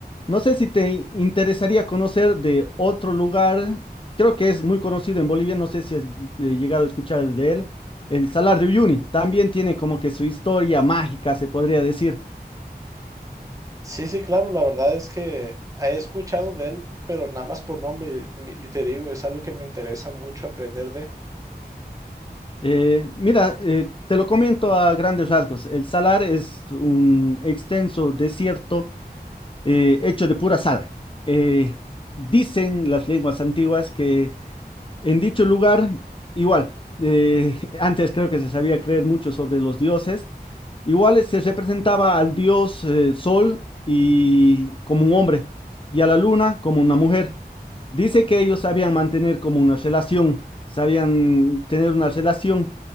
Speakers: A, on the left; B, on the right.
A: No sé si te interesaría conocer de otro lugar, creo que es muy conocido en Bolivia, no sé si has eh, llegado a escuchar de él, el Salar de Uyuni. También tiene como que su historia mágica, se podría decir.
B: Sí, sí, claro, la verdad es que he escuchado de él, pero nada más por nombre, mi- y te digo, es algo que me interesa mucho aprender de.
A: Eh, mira, eh, te lo comento a grandes rasgos. El Salar es un extenso desierto eh, hecho de pura sal. Eh, dicen las lenguas antiguas que en dicho lugar, igual, eh, <laughs> antes creo que se sabía creer mucho sobre los dioses, igual se representaba al dios eh, Sol y como un hombre y a la luna como una mujer. Dice que ellos sabían mantener como una relación, sabían tener una relación